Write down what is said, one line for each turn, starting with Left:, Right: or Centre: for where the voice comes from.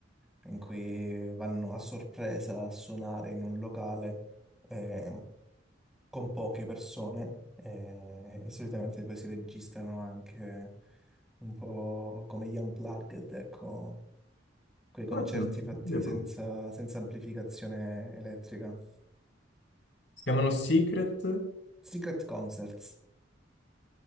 Centre: in cui vanno a sorpresa a suonare in un locale eh, con poche persone eh, e solitamente poi si registrano anche un po' come gli unplugged, ecco, quei concerti
Left: Guarda, non lo
Centre: fatti
Left: sapevo.
Centre: senza senza amplificazione elettrica.
Left: Si chiamano Secret
Centre: Secret concerts.